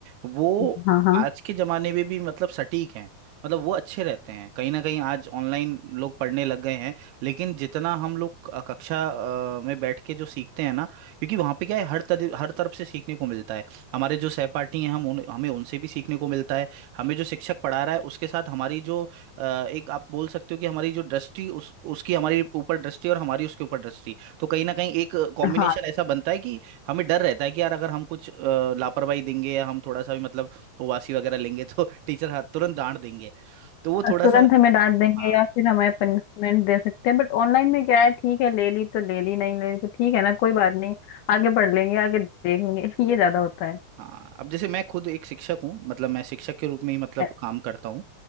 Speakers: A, on the right; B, on the left.
A: वो
B: हाँ हाँ
A: आज के जमाने में भी मतलब सटीक हैं मतलब वो अच्छे रहते हैं कहीं ना कहीं आज ऑनलाइन लोग पढ़ने लग गए हैं लेकिन जितना हम लोग अ, कक्षा अ, में बैठ के जो सीखते हैं ना क्योंकि वहाँ पे क्या है हर तरह हर तरफ से सीखने को मिलता है हमारे जो सहपाठी हैं हम उन, हमें उनसे भी सीखने को मिलता है हमें जो शिक्षक पढ़ा रहा है उसके साथ हमारी जो अ, एक आप बोल सकते हो कि हमारी जो दृष्टि उस उसकी हमारी ऊपर दृष्टि और हमारी उसके ऊपर दृष्टि तो कहीं ना कहीं एक कॉम्बिनेशन
B: हाँ
A: ऐसा बनता है कि हमें डर रहता है कि यार अगर हम कुछ अ, लापरवाही देंगे या हम थोड़ा सा भी मतलब उपवासी वगैरह लेंगे तो <laughs> टीचर हाथ तुरंत डांट देंगे तो वो
B: हाँ,
A: थोड़ा
B: तुरंत
A: सा
B: हमें डांट देंगे
A: हाँ
B: या फिर हमें पनिशमेंट दे सकते हैं बट ऑनलाइन में क्या है ठीक है ले ली तो ले ली नहीं ले ली तो ठीक है ना कोई बात नहीं आगे पढ़ लेंगे आगे देख लेंगे <laughs> ये ज्यादा होता है
A: हाँ अब जैसे मैं खुद एक शिक्षक हूँ मतलब मैं शिक्षक के रूप में ही मतलब
B: अ-
A: काम करता हूँ